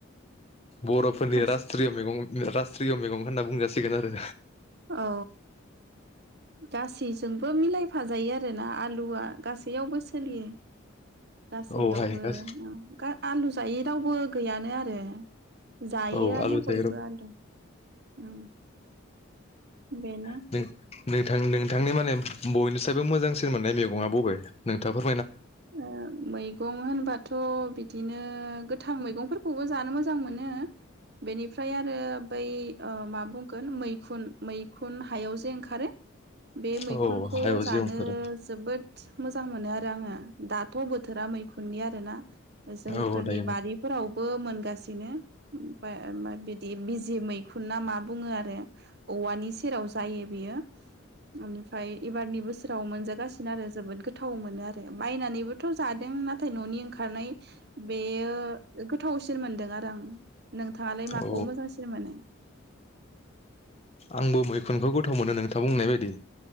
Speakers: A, on the left; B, on the right.
A: बर'फोरनि
B: गासै
A: रास्ट्रिय मैगं रास्ट्रिय मैगं होनना बुंजासिगोन आरो
B: औ गासैजोंबो मिलायफाजायो आरोना आलुआ गासैयावबो सोलियो । गासैयावबो
A: औहाय गासै
B: ओ गा आलु जायै रावबो गैयानो आरो जायोआनो
A: औ आलु थाइग्रब
B: बयबो आलु उम । बेनो
A: नों नोंथां नोंथांनि माने बयनिसायबो मोजांसिन मोननाय मैगङा बबे? नोंथां फोर
B: ओ मैगं होनबाथ' बि दिनो गोथां मैगंफोरखौबो जानो मोजां मोनो बेनिफ्राय आरो बै ओ मा बुंगोन मैखुन मैखुन हायाव जे ओंखारो । बे मैखुनखौ
A: औ हायाव
B: जानो
A: जिउफोर
B: जोबोद मोजां मोनो आरो आङो। दाथ' बोथोरा मैखुननि आरोना।
A: औ
B: जोंफोरनि
A: दायोमोन
B: बारिफोराव बो मोनगासिनो <unintelligible> दि बिजि मैखुन ना मा बुङो आरो । औवानि सेराव जायो बेयो इनिफ्राय एबारनि बोसोराव मोनजागासिनो आरो जोबोद गोथाव मोनो आरो। बायनानैबोथ' जादों नाथाय न'नि ओंखारनाय बेयो गोथावसिन मोनदों आरो आं। नोंथाङालाय माखौ
A: औ
B: मोजांसिन मोनो?
A: आंबो मैखुनखौ गोथाव मोनो नोंथां बुंनाय बायदि।